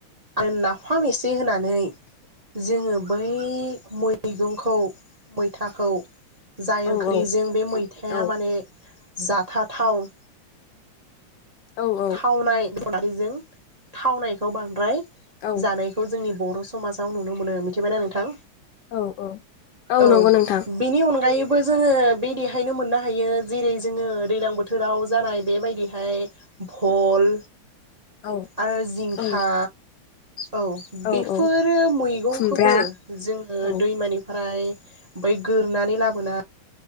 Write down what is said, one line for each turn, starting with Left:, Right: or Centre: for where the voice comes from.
Right: आरो नाफाम एसे होना नै जोङो बै मै मैगंखौ मैथाखौ जाय
Left: औ
Right: ओंख्रिजों
Left: औ
Right: बे मैथाया
Left: औ
Right: माने जाथा थाव
Left: औ औ
Right: थावनायबो खारिजों थावनायखौ बांद्राय
Left: औ
Right: जानायखौ जोंनि बर' समाजाव नुनो मोनो मिथिबाय ना नों थां
Left: औ औ
Right: औ
Left: नंगौ नोंथां
Right: बेनि अनगायै बो जोङो बेदिहायनो मोननो हायो जेरै जोङो दैज्लां बोथोराव जानाय बेबायदिहाय भल
Left: औ
Right: आरो जिंखा
Left: औ
Right: औ
Left: औ
Right: बेफोरो
Left: औ
Right: मैगंखौबो
Left: खुमब्रा
Right: जोङो
Left: औ
Right: दैमानिफ्राय ओमफाय गोरनानै लाबोना